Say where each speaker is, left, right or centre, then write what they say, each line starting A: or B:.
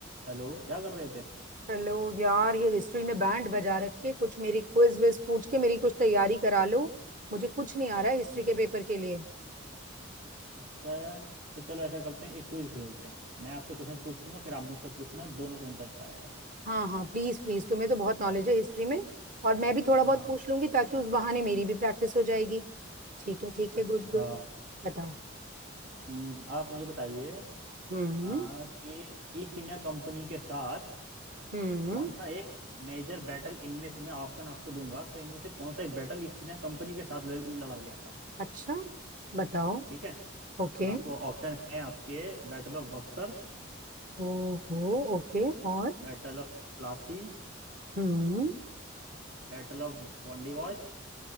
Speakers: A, on the right; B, on the right.
A: Hello क्या कर रहे थे
B: Hello यार ये history ने बैंड बजा रखी है कुछ मेरी क्विज विज पूछ के मेरी कुछ तैयारी करा लो मुझे कुछ नहीं आ रहा है हिस्ट्री
A: हम्म
B: के पेपर के लिए
A: अच्छा यार तो चलो ऐसा करते हैं एक क्विज खेलते हैं मैं आपसे क्वेश्चन पूछूंगा फिर आप मुझसे पूछना दोनों को इंटरेस्ट आएगा
B: हाँ हाँ प्लीज प्लीज तुम्हें तो बहुत नॉलेज है हिस्ट्री में और मैं भी थोड़ा बहुत
A: हाँ
B: पूछ लूंगी ताकि उस बहाने मेरी भी प्रैक्टिस हो जाएगी ठीक है ठीक
A: अच्छा
B: है गुड गुड बताओ
A: हम्म, आप मुझे बताइए
B: हम्म
A: आ, कि ईस्ट इंडिया कंपनी के साथ
B: हम्म
A: कौन सा एक मेजर बैटल इनमें से मैं ऑप्शन आपको दूंगा तो इनमें से कौन सा एक बैटल ईस्ट इंडिया कंपनी के साथ ल- लड़ा गया था
B: अच्छा बताओ
A: ठीक है
B: ओके
A: तो मैं आपको ऑप्शन है आपके battle of Buxar
B: ओहो ओके और
A: battle of Plassey
B: हम्म
A: battle of Wandiwash